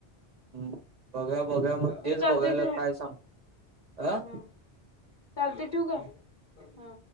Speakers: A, on the right; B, on the left.
A: हम्म, बघा बघा मग
B: बरं
A: तेच
B: चालतंय
A: बघायला
B: ठेव.
A: काय सांग अ
B: हा चालतय ठेऊ काय? हा.